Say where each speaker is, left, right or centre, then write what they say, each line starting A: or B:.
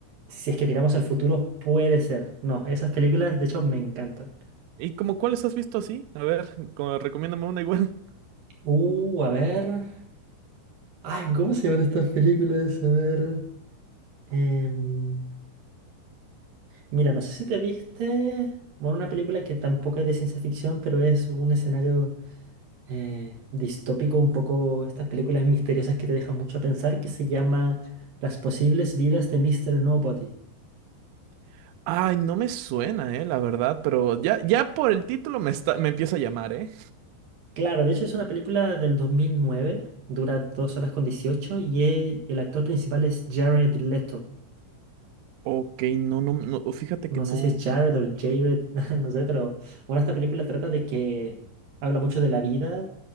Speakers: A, on the right; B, on the right.
A: si es que miramos el futuro puede ser. No, esas películas, de hecho, me encantan.
B: ¿Y como cuáles has visto así? A ver, <laughs> como, recomiéndame una igual.
A: Uh, a ver. Ay, ¿cómo se llaman estas películas? A ver. em, Mira, no sé si te viste, bueno, una película que tampoco es de ciencia ficción, pero es un escenario eh, distópico, un poco estas películas misteriosas que te dejan mucho a pensar, que se llama Las posibles vidas de Mister Nobody.
B: <laughs> Ay, no me suena, eh, la verdad, pero ya, ya por el título me está, me empieza a llamar, ¿eh?
A: Claro, de hecho es una película del 2009, dura 2 horas con 18 y eh, el actor principal es Jared Leto.
B: Ok, no, no, no, fíjate
A: no
B: que no.
A: sé si es Jared o Jared, <laughs> no sé, pero bueno, esta película trata de que habla mucho de la vida,